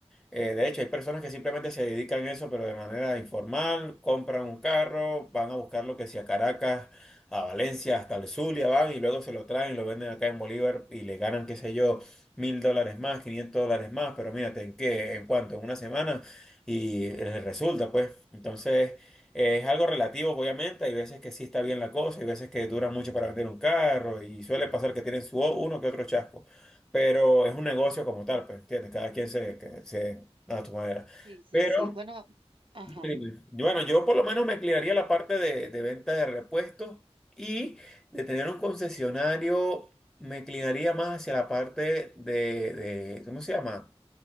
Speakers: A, in the centre; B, on the right (about 50°).
A: Eh, de hecho, hay personas que simplemente se dedican a eso, pero de manera informal, compran un carro, van a buscar lo que sea a Caracas, a Valencia, hasta el Zulia van y luego se lo traen, lo venden acá en Bolívar y le ganan, qué sé yo, mil dólares más, quinientos dólares más, pero mírate, ¿en qué? ¿En cuánto? En una semana y les resulta, pues. Entonces, eh, es algo relativo, obviamente. Hay veces que sí está bien la cosa, hay veces que dura mucho para vender un carro y suele pasar que tienen su uno que otro chasco pero es un negocio como tal, pues, ¿entiendes? Cada quien se, que- se a su manera.
B: Sí, sí,
A: Pero,
B: sí. Bueno, ajá.
A: dime, dime. bueno, yo por lo menos me inclinaría a la parte de, de venta de repuestos y de tener un concesionario, me inclinaría más hacia la parte de, de- ¿cómo se llama?